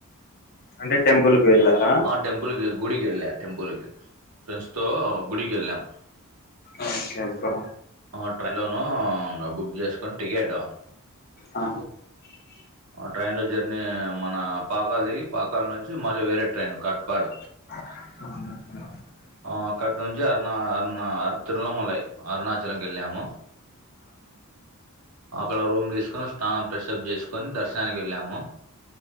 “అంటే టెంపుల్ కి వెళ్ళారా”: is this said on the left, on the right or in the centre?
Left